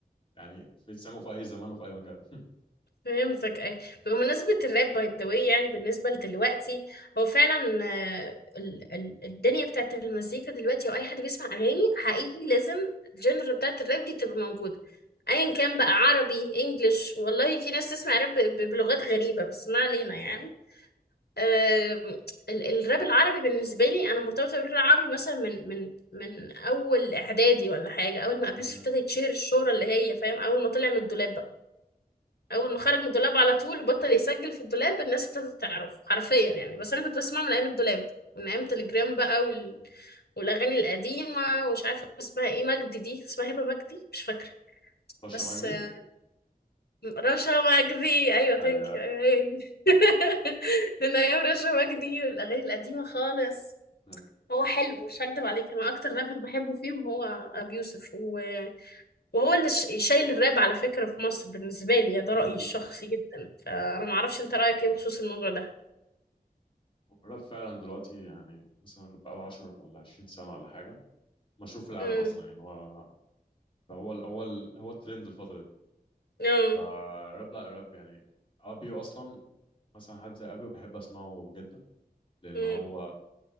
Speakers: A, on the left; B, on the left.
A: يعني في تسمعه في أي زمان وفي أي مكان
B: فهمتك اي بمناسبة الراب باي ذا واي يعني بالنسبة لدلوقتي هو فعلا آه، ال- ال- الدنيا بتاعت المزيكا دلوقتي او اي حد بيسمع اغاني حقيقي لازم الجنر بتاعت الراب دي تبقى موجودة ايا كان بقى عربي انجلش والله في ناس تسمع راب ب- بلغات غريبة بس ما علينا يعني آه، ال- الراب العربي بالنسبة لي انا مرتبطة بالراب العربي مثلا من من من اول اعدادي ولا حاجة اول ما ابيوسف
A: <laughs>
B: ابتدى يتشهر الشهرة اللي هي فاهم اول ما طلع من الدولاب اول ما خرج من الدولاب على طول وبطل يسجل في الدولاب الناس ابتدت تعرف حرفيا يعني بس انا كنت بسمعه من ايام الدولاب من ايام تليجرام بقى وال... والاغاني القديمه ومش عارفه اسمها ايه مجدي دي اسمها هبه مجدي مش فاكره
A: رشا
B: بس
A: مجدي
B: آه، رشا مجدي ايوه ثانك
A: هي
B: يو أيوة هي دي <laughs> من ايام رشا مجدي الاغاني القديمه خالص
A: م-
B: هو حلو مش هكدب عليك انا اكتر رابر بحبه فيهم هو ابي يوسف و... وهو اللي ش- شايل الراب على فكرة في مصر بالنسبة لي يعني ده
A: م-
B: رأيي الشخصي جدا فأنا معرفش أنت رأيك إيه بخصوص الموضوع ده
A: الراب فعلا دلوقتي يعني مثلا بقى له 10 ولا 20 سنة ولا حاجة مشهور في العالم
B: مم.
A: أصلا يعني هو هو ال هو ال هو الترند الفترة دي
B: مم.
A: فالراب لا الراب يعني أبيو أصلا مثلا حد زي أبيو بحب أسمعه جدا لأن
B: مم.
A: هو